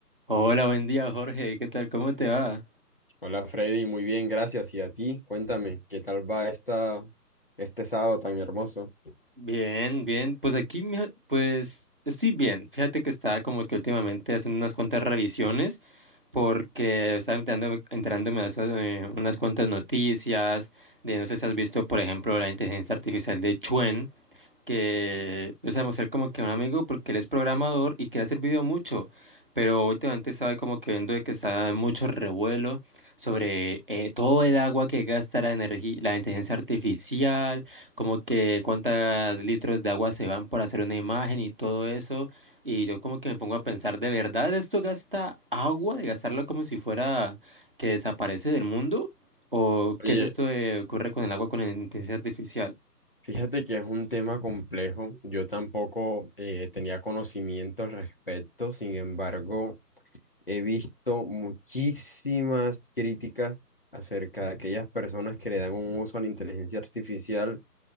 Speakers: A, on the right; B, on the left.
A: Hola, buen día, Jorge. ¿Qué tal? ¿Cómo te va?
B: Hola Freddy, muy bien, gracias. ¿Y a ti? Cuéntame, ¿qué tal va esta, este sábado tan hermoso?
A: Bien, bien. Pues aquí, mija, pues estoy bien. Fíjate que estaba como que últimamente haciendo unas cuantas revisiones porque estaba enterándome, enterándome de esas, eh, unas cuantas noticias de, no sé si has visto, por ejemplo, la inteligencia artificial de Chuen. que, o sea, mostrar como que a un amigo porque él es programador y que le ha servido mucho, pero últimamente estaba como que viendo de que está en mucho revuelo sobre eh, todo el agua que gasta la energía, la inteligencia artificial, como que cuántos litros de agua se van por hacer una imagen y todo eso, y yo como que me pongo a pensar, ¿de verdad esto gasta agua? ¿De gastarlo como si fuera que desaparece del mundo? ¿O qué
B: Oye,
A: es esto de ocurre con el agua con la inteligencia artificial?
B: fíjate que es un tema complejo. Yo tampoco eh, tenía conocimiento al respecto, sin embargo, he visto muchísimas críticas acerca de aquellas personas que le dan un uso a la inteligencia artificial,